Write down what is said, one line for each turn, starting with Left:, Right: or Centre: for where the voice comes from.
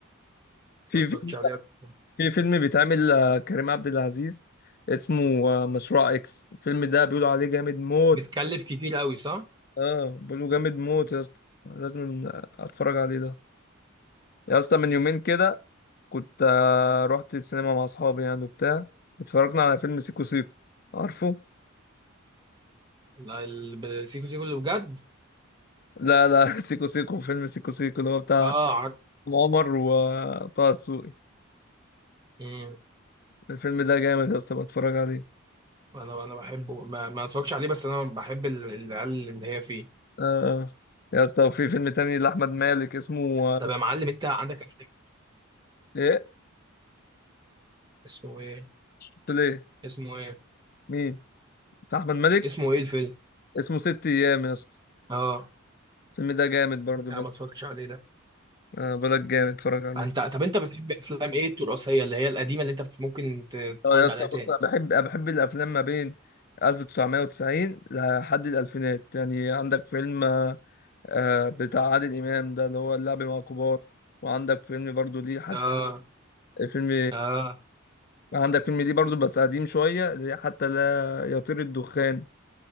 Left: في
Right: ما اتفرجتش
Left: فيلم
Right: عليه قبل كده.
Left: في فيلم بيتعمل آه، كريم عبد العزيز اسمه آه، مشروع اكس الفيلم ده بيقولوا عليه جامد موت
Right: بتكلف كتير قوي صح
Left: اه بيقولوا جامد موت يا اسطى لازم آه، اتفرج عليه ده يا اسطى من يومين كده كنت آه، رحت السينما مع اصحابي يعني وبتاع اتفرجنا على فيلم سيكو سيكو عارفه
Right: لا، ال- السيكو سيكو اللي بجد
Left: لا لا <laughs> سيكو سيكو فيلم سيكو سيكو اللي هو بتاع
Right: اه عارف
Left: عمر وطه دسوقي
Right: مم.
Left: الفيلم ده جامد يا اسطى بتفرج عليه
Right: انا انا بحبه ما, ما اتفرجش عليه بس انا بحب ال- العيال اللي هي فيه
Left: آه يا اسطى في فيلم تاني لأحمد مالك اسمه آه،
Right: طب يا معلم انت عندك أفلام
Left: ايه
Right: اسمه ايه
Left: قلت له ايه
Right: اسمه ايه
Left: مين بتاع أحمد مالك
Right: اسمه ايه الفيلم
Left: اسمه ست أيام يا اسطى
Right: اه
Left: الفيلم ده جامد برضه برضه
Right: لا ما اتفرجتش عليه ده
Left: آه بلاك جامد اتفرج عليه
Right: انت طب انت بتحب افلام ايه التراثيه اللي هي القديمه اللي انت بت- ممكن ت- تتفرج
Left: اه يا اسطى
Right: عليها تاني
Left: بص أنا بحب أنا بحب الأفلام ما بين 1990 لحد الألفينات يعني عندك فيلم آه آه، بتاع عادل إمام ده اللي هو اللعب مع الكبار وعندك فيلم برضه ليه حتى
Right: اه
Left: فيلم
Right: اه
Left: عندك فيلم ليه برضه بس قديم شوية اللي هي حتى لا يطير الدخان